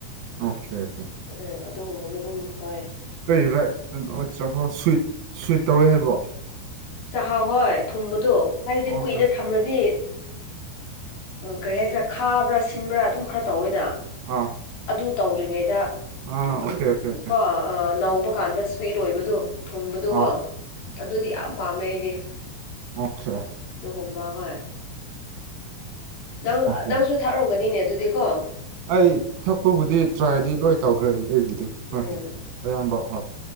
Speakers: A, on the right (about 70°); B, on the left (about 60°).
A: ꯑꯣꯀꯦ ꯑꯣꯀꯦ
B: ꯎꯝ ꯑꯗꯨꯒꯨꯝꯕꯗꯤ ꯑꯗꯨꯝ ꯐꯣꯏ
A: ꯀꯥꯏꯈ ꯁ ꯁꯠ ꯇꯧꯋꯦ ꯍꯥꯏꯕꯣ
B: ꯆꯥꯛꯍꯥꯎ ꯍꯣꯏ ꯊꯨꯝꯕꯗꯣ ꯍꯥꯏꯗꯤ
A: ꯑꯣꯀꯦ
B: ꯀꯨꯏꯅ ꯊꯝꯂꯗꯤ ꯀꯔꯤ ꯍꯥꯏꯁꯤꯔꯥ ꯈꯥꯕ꯭ꯔꯥ ꯁꯤꯟꯕ꯭ꯔꯥ ꯑꯗꯨꯝ ꯈꯔ ꯇꯧꯋꯦꯅ
A: ꯑꯥ
B: ꯑꯗꯨ ꯇꯧꯗ꯭ꯔꯤꯉꯩꯗ
A: ꯑꯥ
B: ꯎ
A: ꯑꯣꯀꯦ ꯑꯣꯀꯦ ꯑꯣꯀꯦ
B: ꯀꯣ ꯅꯧꯕ ꯀꯥꯟꯗ ꯁ꯭ꯋꯤꯠ ꯑꯣꯏꯕꯗꯣ ꯊꯨꯝꯕꯗꯨꯀꯣ
A: ꯑꯥ
B: ꯑꯗꯨꯗꯤ ꯌꯥꯝ ꯄꯥꯝꯃꯦ ꯑꯩꯗꯤ
A: ꯑꯣꯆꯥꯦ
B: ꯑꯗꯨ ꯁꯣꯕꯥꯔ ꯍ ꯅꯪ
A: ꯑꯣꯀꯦ
B: ꯅꯪꯁꯨ ꯊꯛꯔꯝꯒꯅꯤꯅꯦ ꯑꯗꯨꯗꯤꯀꯣ
A: ꯑꯩ ꯊꯛꯄꯕꯨꯗꯤ ꯇ꯭ꯔꯥꯏꯗꯤ ꯂꯣꯏ ꯇꯧꯈ꯭ꯔꯦ ꯑꯩ ꯑꯩꯕꯨꯗꯤ
B: ꯎꯝ
A: ꯍꯣꯏ ꯑꯌꯥꯝꯕ ꯍꯣꯏ